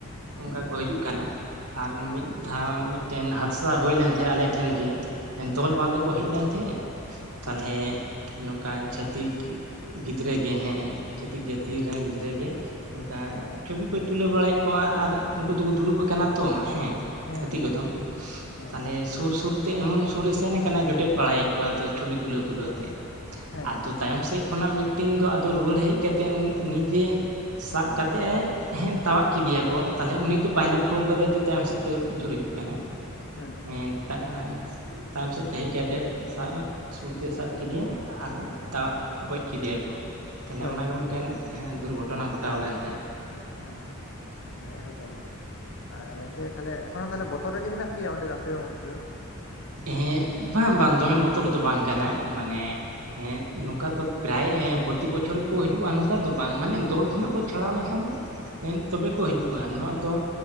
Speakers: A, on the right (about 85°); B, on the left (about 60°).
A: ᱚᱱᱠᱟ
B: ᱦᱩᱸ
A: ᱠᱚ ᱦᱟᱹᱡᱩᱜ ᱠᱟᱱᱟ ᱟᱨ
B: ᱦᱮᱸ
A: ᱢᱤᱫ
B: ᱦᱮᱸ
A: ᱫᱷᱟᱣ ᱢᱮᱫᱼᱼ ᱴᱮᱱ ᱦᱟᱫᱽᱥᱟ ᱦᱩᱭ ᱞᱮᱱ ᱛᱮᱦᱮᱸᱜ ᱟᱞᱮ ᱴᱷᱮᱱ ᱜᱮ ᱮᱸ ᱫᱚᱞ
B: ᱦᱮᱸ
A: ᱵᱟᱝ ᱫᱚ ᱠᱚ ᱦᱮᱡ ᱞᱮᱱ ᱛᱮᱦᱮᱸᱜ᱾ ᱛᱟᱦᱚᱞᱮᱼᱼ
B: ᱦᱮᱸ
A: ᱱᱚᱝᱠᱟ ᱪᱷᱟᱹᱛᱤᱠ ᱜᱤᱫᱽᱨᱟᱹ ᱜᱮ ᱦᱮᱸ ᱪᱷᱟᱹᱛᱤᱠ ᱡᱟᱹᱛᱤ ᱨᱮᱱ ᱜᱤᱫᱽᱨᱟᱹ ᱜᱮ᱾ ᱚᱱᱠᱟ
B: ᱦᱮᱸ
A: ᱪᱷᱚᱵᱤ ᱠᱚᱭ ᱛᱩᱞᱟᱹᱣ ᱵᱟᱲᱟᱭᱮᱜ ᱠᱚᱣᱟ ᱟᱨ ᱩᱱᱠᱩ ᱫᱩᱠᱩ ᱫᱩᱲᱩᱵ ᱟᱠᱟᱱᱟ ᱛᱚ ᱦᱮᱸ᱾
B: ᱦᱮᱸ
A: ᱦᱟᱹᱛᱤ
B: ᱦᱮᱸ ᱦᱮᱸ ᱦᱮᱸ ᱦᱮᱸ
A: ᱠᱚᱫᱚ
B: ᱦᱮᱸ ᱦᱮᱸ ᱦᱮᱸ
A: ᱛᱟᱞᱦᱮ ᱥᱩᱨ ᱥᱩᱨ ᱛᱮ ᱮᱢᱚᱱ ᱥᱩᱨ ᱨᱮ ᱥᱮᱱ ᱟᱠᱟᱱᱟ ᱡᱚᱼᱼ ᱴᱮᱫ ᱵᱟᱲᱟᱭᱮᱜ ᱠᱚᱣᱟ ᱟᱫᱚ ᱪᱷᱩᱵᱤ ᱛᱩᱞᱟᱹᱣ ᱛᱩᱞᱟᱹᱣ ᱛᱮ
B: ᱦᱮᱸ
A: ᱟᱫᱚ
B: ᱦᱮᱸ ᱦᱮᱸ
A: ᱛᱟᱭᱚᱢ ᱥᱮᱜᱼᱼ ᱠᱷᱚᱱᱟᱜ ᱢᱤᱫᱴᱤᱱ ᱫᱚ ᱟᱫᱚ ᱨᱩᱣᱟᱹᱲ ᱦᱮᱡ ᱠᱟ ᱠᱟᱛᱮᱡ ‌ᱩᱱ ᱩᱱᱤ ᱡᱮᱼᱼ ᱥᱟᱵ ᱠᱟᱛᱮᱜ ᱮ ᱦᱮᱸ ᱛᱟᱣᱟᱜ ᱠᱤᱫᱤ ᱭᱟᱠᱚ ᱛᱟᱞᱦᱮ ᱩᱱᱤᱼᱼ ᱛᱚ
B: ᱦᱮᱸ
A: ᱵᱟᱭ ᱞᱩᱠᱷᱚᱣ ᱠᱟᱫᱟ ᱡᱮ ᱛᱟᱭᱚᱢ ᱥᱮᱫ ᱛᱮ ᱟᱹᱪᱩᱨ ᱦᱤᱡᱩᱜ ᱠᱟᱱᱟᱭ᱾
B: ᱦᱮᱸ᱾
A: ᱦᱮᱸ ᱛᱟᱸ ᱛᱟᱭᱚᱢ ᱥᱮᱫ ᱛᱮ ᱦᱮᱡ ᱠᱟᱛ ᱛᱮᱫ ᱥᱟᱵ ᱥᱩᱲ ᱛᱮ ᱥᱟᱵ ᱠᱤᱫᱤᱭᱟ ᱟᱨᱮ ᱛᱟᱣᱟᱜ ᱜᱚᱡ ᱠᱤᱫᱤ ᱭᱟᱠᱚ᱾ ᱛᱟᱞᱮ
B: ᱦᱳᱭ
A: ᱚᱱᱟᱜᱮ
B: ᱦᱳᱭ
A: ᱢᱤᱫᱴᱱᱮ
B: ᱦᱳᱭ
A: ᱫᱩᱨᱜᱷᱚᱴᱚᱱᱟ ᱜᱷᱚᱴᱟᱣ ᱞᱮᱱ ᱛᱟᱦᱮᱸ᱾
B: ᱚ ᱡᱟᱭᱦᱳ ᱜᱚᱝᱠᱮ᱾ ᱟᱨ ᱜᱚᱝᱠᱮ ᱛᱟᱦᱞᱮ ᱮᱠᱷᱚᱱ ᱦᱚᱸ ᱛᱟᱦᱞᱮ ᱵᱚᱛᱚᱨ ᱨᱮᱜᱮ ᱦᱮᱱᱟᱜ ᱯᱮᱭᱟ ᱚᱸᱰᱮ ᱫᱚ ᱟᱯᱮ ᱫᱚ ᱚᱸᱛᱮ ᱫᱚ?
A: ᱦᱮᱸ ᱵᱟᱝ ᱵᱟᱝ ᱫᱚᱢᱮ ᱵᱚᱛᱚᱨ ᱨᱮᱫᱚ ᱵᱟᱝ ᱠᱟᱱᱟᱭ ᱢᱟᱱᱮ᱾ ᱦᱮᱸ ᱱᱚᱝᱠᱟ ᱫᱚ ᱯᱨᱟᱭ ᱯᱨᱚᱛᱤ ᱵᱚᱪᱷᱚᱨ ᱜᱮᱠᱚ ᱦᱤᱡᱩᱜᱼᱟ ᱱᱚᱝᱠᱟ ᱫᱚ ᱵᱟᱝ ᱢᱟᱱᱮ ᱫᱚᱞ ᱠᱷᱚᱱᱟᱜ ᱠᱚ᱾ ᱪᱷᱟᱲᱟᱣ ᱞᱮᱱᱠᱷᱟᱱ ᱮᱱ ᱛᱚᱵᱮ ᱠᱚ
B: ᱚ
A: ᱦᱤᱡᱩᱜᱼᱟ
B: ᱚ
A: ᱱᱚᱣᱟ ᱫᱚ